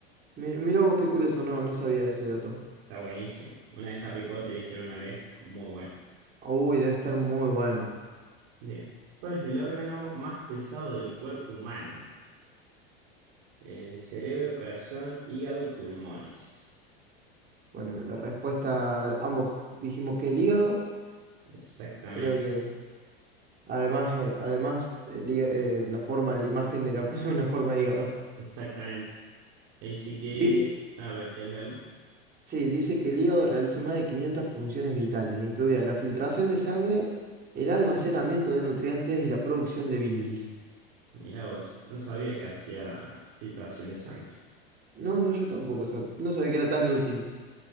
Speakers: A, on the right; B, on the right.
A: Mi- Mira vos qué curioso, no, no sabía ese dato.
B: Está buenísimo. Una de Harry Potter hicieron una vez. Muy buena.
A: Uy, debe estar muy bueno.
B: Bien. ¿Cuál es el órgano más pesado del cuerpo humano? Eh, cerebro, corazón, hígado, pulmones.
A: Bueno, la respuesta, ambos dijimos que el hígado,
B: Exactamente.
A: creo que además, eh, además el hí- eh, la forma de la imagen era pues <laughs> una forma de hígado.
B: Exactamente. Así que,
A: Di-
B: a ver, ¿quieres leerlo?
A: Sí, dice que el hígado realiza más de 500 funciones vitales, incluida la filtración de sangre, el almacenamiento de nutrientes y la producción de bilis.
B: Mirá vos. No sabía que hacía filtración de sangre.
A: No, no, yo tampoco, sab- no sabía que era tan útil.